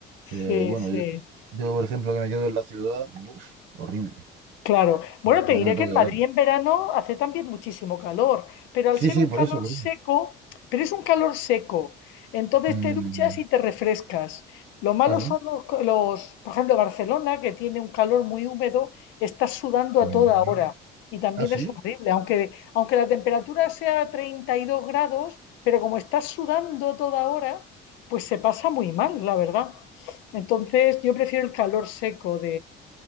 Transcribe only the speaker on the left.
Sí,
sí.
Claro. Bueno, te
diré
que
en Madrid
en verano hace también muchísimo calor, pero al
ser
un
calor
seco,
pero es un calor seco, entonces
te duchas y te refrescas. Lo malo
son los, los- por ejemplo, Barcelona, que tiene un calor muy húmedo, estás sudando a
toda hora y también
es horrible, aunque, aunque la temperatura sea 32 grados, pero como estás sudando toda hora, pues se pasa muy mal, la verdad. Entonces, yo prefiero el calor seco